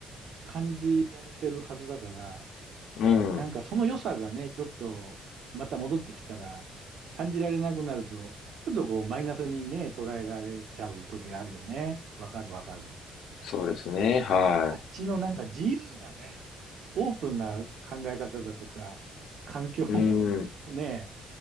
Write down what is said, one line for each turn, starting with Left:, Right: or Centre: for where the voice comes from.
Right: 感じられてるはずだから、
Left: うん。
Right: なんかその良さがね、ちょっとまた戻ってきたら感じられなくなると、ちょっとこうマイナスにね、捉えられちゃう時があるよね。わかるわかる。
Left: そうですね。は
Right: あっちのなんか自由なね、オープンな考え方だとか、環境も
Left: い。うん。
Right: <laughs> ね、